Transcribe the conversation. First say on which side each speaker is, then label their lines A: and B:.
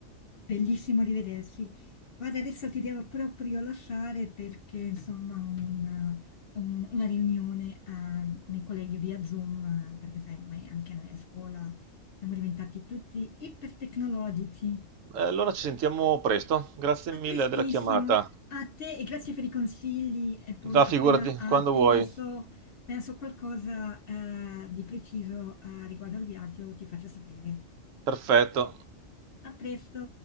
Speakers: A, on the left; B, on the right.
A: bellissimo rivedersi. Guarda, adesso ti devo proprio lasciare perché insomma ho una, un- una riunione ah, con i colleghi via Zoom, ah, perché sai, ormai anche noi a scuola siamo diventati tutti ipertecnologici.
B: Eh, allora ci sentiamo presto. Grazie mille
A: A prestissimo,
B: della chiamata.
A: a te e grazie per i consigli. E poi
B: Va,
A: appena,
B: figurati,
A: appena
B: quando vuoi.
A: so, appena so qualcosa eh, di preciso eh, riguardo al viaggio, ti faccio sapere.
B: Perfetto.
A: A presto!